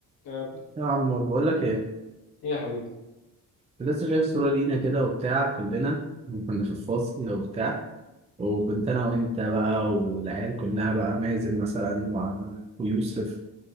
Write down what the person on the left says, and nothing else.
آه،
ايه يا حبيبي